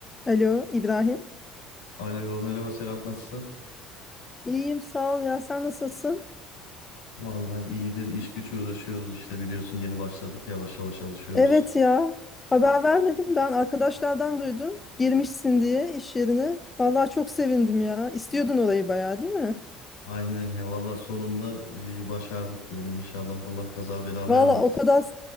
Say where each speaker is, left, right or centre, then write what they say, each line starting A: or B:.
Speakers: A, on the left; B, on the left.
A: Alo İbrahim.
B: Alo merhaba Serap nasılsın?
A: İyiyim sağ ol ya sen nasılsın?
B: Vallahi iyidir iş güç uğraşıyoruz işte biliyorsun yeni başladık yavaş yavaş alışıyoruz.
A: Evet ya haber vermedim ben arkadaşlardan duydum. Girmişsin diye iş yerine. Vallahi çok sevindim ya. istiyordun orayı bayağı değil mi?
B: Aynen ya vallahi sonunda e, başardık diyelim inşallah Allah kaza bela
A: Vallahi
B: vermez.
A: o kadar